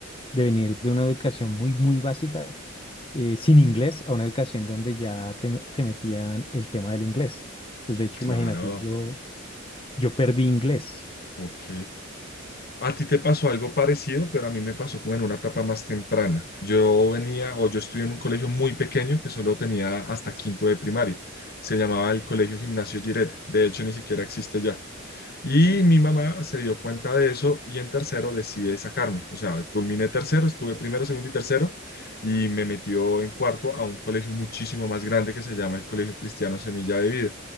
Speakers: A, on the left; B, on the left.
A: venir de una educación muy, muy básica, eh, sin inglés, a una educación donde ya te, me- te metían el tema del inglés. Pues de hecho,
B: Claro,
A: imagínate, yo, yo perdí inglés.
B: ok. A ti te pasó algo parecido, pero a mí me pasó como en una etapa más temprana. Yo venía o yo estudié en un colegio muy pequeño que solo tenía hasta quinto de primaria. Se llamaba el Colegio Gimnasio Giret. De hecho, ni siquiera existe ya. Y mi mamá se dio cuenta de eso y en tercero decide sacarme. O sea, culminé tercero, estuve primero, segundo y tercero y me metió en cuarto a un colegio muchísimo más grande que se llama el Colegio Cristiano Semilla de Vida.